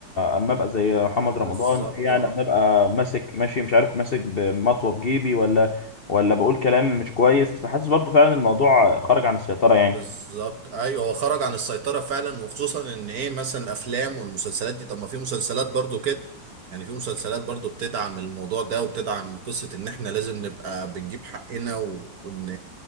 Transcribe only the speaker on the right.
بالظبط
بالظبط ايوه هو خرج عن السيطره فعلا وخصوصا ان ايه مثلا الافلام والمسلسلات دي طب ما في مسلسلات برضو كده يعني في مسلسلات برضو بتدعم الموضوع ده وبتدعم قصه ان احنا لازم نبقى بنجيب حقنا و- وان